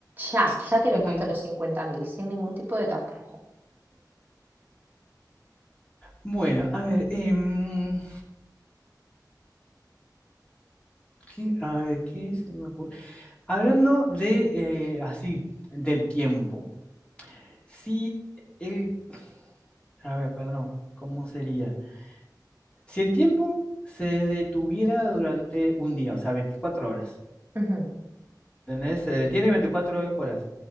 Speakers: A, on the right (about 25°); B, on the left (about 15°).
A: Ya, ya te los
B: Ujú.
A: gasto los cincuenta mil, sin ningún tipo de tapujo.
B: Bueno, a ver, em, ¿qué, a ver, ¿qué se me ocurre? Hablando de, eh, así, del tiempo, si el, a ver, para no, ¿cómo sería? Si el tiempo se detuviera durante un día, o sea, 24 horas,
A: Ujú,
B: ¿entendés? Se detiene 24 horas